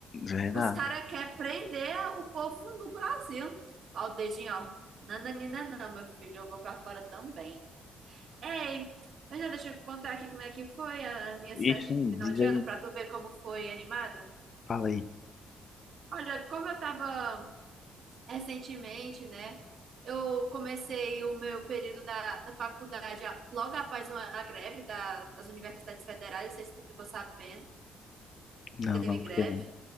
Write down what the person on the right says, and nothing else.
Os caras querem prender o povo no Brasil. Ó, o dedinho, ó. Nananina, não, meu filho, eu vou pra fora também. Ei, mas já deixa eu contar aqui como é que foi as minhas
festas de
final
de
ano, pra tu ver como foi animada.
Olha, como eu tava recentemente, né? Eu comecei o meu período da, da faculdade a- logo após uma, a greve da- das universidades federais, não sei se tu ficou sabendo
que teve
greve.